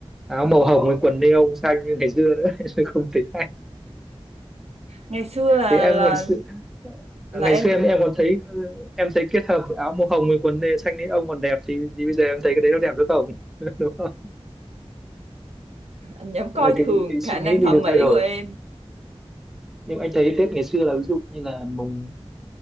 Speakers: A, in the centre; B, on the right (about 80°).
A: áo màu hồng với quần neon xanh như ngày xưa nữa <laughs> không tính
B: ngày xưa là
A: thì em
B: là
A: ngày xưa à,
B: là
A: ngày
B: em
A: xưa em em còn thấy ờ, em thấy kết hợp áo màu hồng với quần nê xanh ấy ông còn đẹp thì, thì bây giờ em thấy cái đấy nó đẹp được không <laughs> đúng không
B: anh dám coi
A: là cái,
B: thường
A: cái
B: khả
A: suy
B: năng
A: nghĩ mình
B: thẩm
A: được
B: mỹ
A: thay đổi
B: của em
A: nhưng anh thấy Tết ngày xưa là ví dụ như là mùng